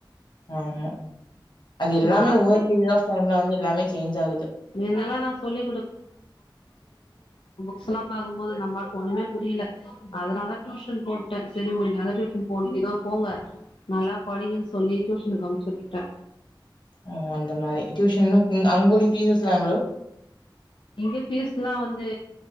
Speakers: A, on the left; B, on the left.
A: ஆமா அது எல்லாமே
B: நா
A: ஒவ்வொரு பீரியட் ஆஃப் டைம்ல வந்து எல்லாமே சேஞ் ஆகது
B: முன்னெல்லா நா சொல்லி் க்ஸ்லா பாக்குபோது நம்மாக்கு ஒன்னுமே புரில அதனால டியூஷன் போட்ட சே ஒரு நல்ல டியுசன் போவிட்டிதா போங்க நல்லா படிங்கன் சொல்லி டியூஷனுக்கு அம்ச்சுட்டுட்ட
A: ஓ அந்த மாரி டியூஷன் அங்குடி ஃபீஸ்சஸ்லா எவ்ளோ
B: இங்க ஃபீஸ்லா வந்து